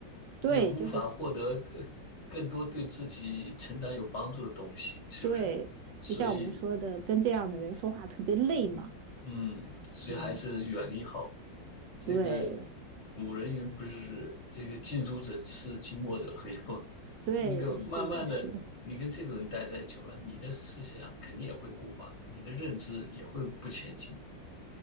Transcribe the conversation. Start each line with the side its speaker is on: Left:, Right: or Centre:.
Right: 对，
Left: 也无法获得呃更多对自己成长有帮助的东西，
Right: 就是
Left: 是不是？
Right: 对，
Left: 所以
Right: 就像我们说的，跟这样的人说话特别累嘛。
Left: 嗯，所以还是远离好。
Right: 嗯，
Left: 这个
Right: 对
Left: 古人云不是这个近朱者赤，近墨者黑嘛？
Right: 对，
Left: 那个慢慢的，
Right: 是的，是。
Left: 你跟这种人待在久了，你的思想啊肯定也会固化，你的认知也会不前进。